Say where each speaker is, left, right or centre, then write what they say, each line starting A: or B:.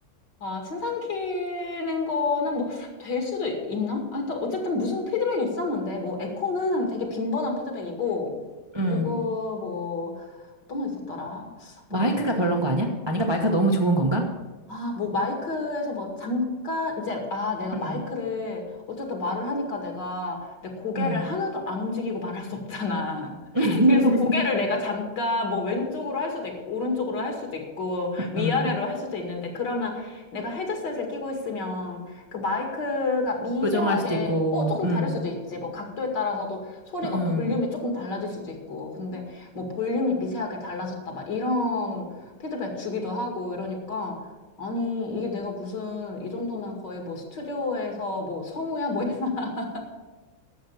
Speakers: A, on the left; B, on the right.
A: 아, 침 삼키는 거는 뭐, 될 수도 있나? 아, 일단, 어쨌든 무슨 피드백이 있었는데, 뭐, 에코는 되게 빈번한 피드백이고,
B: 응.
A: 그리고 뭐, 어떤 거 있었더라? 뭐,
B: 마이크가 별론 거 아니야? 아닌가? 마이크가 너무 좋은 건가?
A: 아, 뭐 마이크에서 뭐 잠깐 이제 아, 내가
B: 응,
A: 마이크를 어쨌든 말을 하니까 내가 내 고개를
B: 응,
A: 하나도 안 움직이고 말할 수 없잖아. <laughs>
B: <laughs>
A: 그래서 고개를 내가 잠깐 뭐 왼쪽으로 할 수도 있고 오른쪽으로 할 수도 있고 위아래로
B: 응.
A: 할 수도 있는데 그러면 내가 헤드셋을 끼고 있으면 그 마이크가 미세하게
B: 부정할 수도 있고,
A: 어 조금
B: 응,
A: 다를 수도 있지. 뭐 각도에 따라서도 소리가
B: 응.
A: 볼륨이 조금 달라질 수도 있고. 근데 뭐 볼륨이 미세하게 달라졌다 막 이런 피드백 주기도 하고 이러니까 아니, 이게 내가 무슨, 이 정도면 거의 뭐 스튜디오에서 뭐 성우야? 뭐이 <laughs>